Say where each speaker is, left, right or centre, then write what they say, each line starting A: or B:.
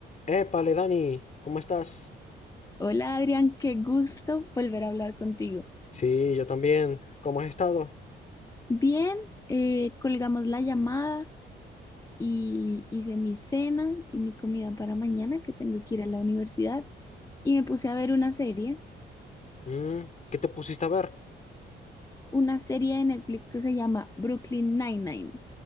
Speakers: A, on the left; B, on the left.
A: Épale, Dani, ¿cómo estás?
B: Hola Adrián, qué gusto volver a hablar contigo.
A: Sí, yo también. ¿Cómo has estado?
B: Bien, eh, colgamos la llamada y hice mi cena y mi comida para mañana, que tengo que ir a la universidad, y me puse a ver una serie,
A: Mm, ¿Qué te pusiste a ver?
B: una serie de Netflix que se llama Brooklyn Nine-Nine.